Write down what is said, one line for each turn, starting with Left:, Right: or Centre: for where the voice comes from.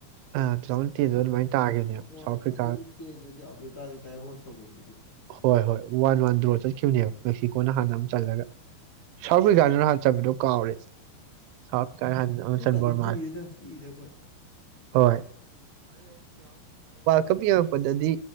Right: ꯑ ꯇꯨ ꯊꯥꯎꯖꯟ ꯇꯦꯟꯗ ꯑꯗꯨꯃꯥꯏꯅ ꯇꯥꯈꯤꯕꯅꯦ
Left: ꯍꯣꯏ
Right: ꯁꯥꯎꯠ ꯑꯐ꯭ꯔꯤꯀꯥꯗ
Left: ꯑꯗꯨꯗꯤ ꯇꯦꯟꯗꯨꯗꯤ ꯑꯐ꯭ꯔꯤꯀꯥꯗ ꯗꯥꯏ ꯍꯣꯁ ꯇꯧꯕꯩꯗꯨꯗꯤ
Right: ꯍꯣꯏ ꯍꯣꯏ ꯋꯥꯟ ꯋꯥꯟ
Left: ꯎꯝ
Right: ꯗ꯭ꯔꯣ ꯆꯠꯈꯤꯕꯅꯦꯕ ꯃꯦꯛꯁꯤꯀꯣꯅ ꯍꯥꯟꯅ ꯑꯃ ꯆꯜꯂꯒ ꯁꯥꯎꯠ
Left: ꯑꯥ
Right: ꯑꯐ꯭ꯔꯤꯀꯥꯗꯨꯅ ꯍꯥꯟ ꯆꯠꯕꯗꯣ ꯀꯥꯎꯔꯦ ꯁꯥꯎꯠ ꯑꯐ꯭ꯔꯤꯀꯥꯗ ꯍ ꯑꯃꯟ
Left: ꯑꯗꯨꯀꯥꯟꯗꯤ
Right: ꯕꯣꯔꯃꯥꯜ
Left: ꯀꯨꯏꯔꯦꯗ ꯄꯤꯛꯏꯗ ꯑꯩꯈꯣꯏ
Right: ꯍꯣꯏ ꯀꯞ ꯌꯦꯡꯉꯛꯄꯗꯗꯤ